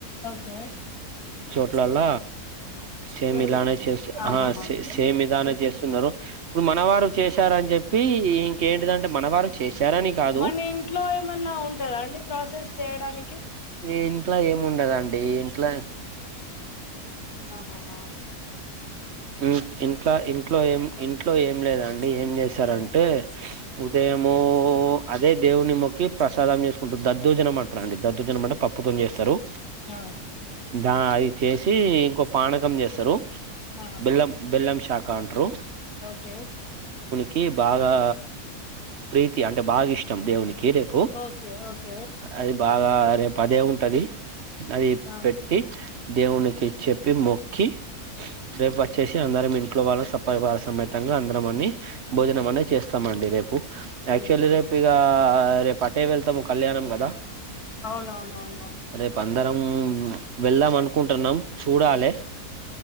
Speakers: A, on the left; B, on the right.
A: ఓకే
B: ఇట్లాల్ల సేమ్
A: జరుగుతుంది
B: ఇలానే చేస్,
A: ఆహాహా
B: ఆ సే సేమ్ ఇలానే జెస్ స్తున్నారు. ఇప్పుడు మనవారు చేశార అని చెప్పి. ఇ ఇంకేంటిదంటే మన వారు చేశారని కాదు.
A: మన ఇంట్లో ఏమన్నా ఉంటదా అండి ప్రాసెస్ చేయడానికి
B: ఈ ఇంట్ల ఏముండదండి. ఈ ఇంట్ల
A: ఆహాహా
B: హ్మ్ ఇంట్ల ఇంట్లో ఏం ఇంట్లో ఏం లేదండ్ డి ఏం చేస్తారంటే. ఉదయము అదే దేవుని మొక్కి ప్రసాదం చేసుకుంట్ దద్దోజనం అంట్రండి దద్ధుజనం అంటే పప్పుతోని చేస్తారు.
A: ఆ
B: దా అయి చేసి ఇంకో పానకం చేస్తారు.
A: ఆ
B: బెల్లం, బెల్లం ష్ షాకా అంట్రు.
A: ఓకే
B: కి బాగా ప్రీతి అంటే బాగా ఇష్టం. దేవునికి కి రేపు
A: ఓకే ఓకే
B: అది బాగ్ ఆ రేపు అదే ఉంటది. అయి
A: ఆ ఆహా
B: పెట్టి దేవునికి చెప్పి మొక్కి. మేం వచ్చేస్ అందరం ఇంట్లో వాళ్ళ సప్పరి వరా సమేతంగా అందరం అని భోజనం
A: ఆ
B: అనే చేస్తామండి రేప్ యాక్చువల్లీ
A: ఉహుహు
B: రేపు ఇగా రేపు అటే వెళ్తాము కళ్యాణం కదా
A: అవునవునవునవును
B: రేపు అందరం వెళ్దాం అనుకుంటున్నాం చూడాలే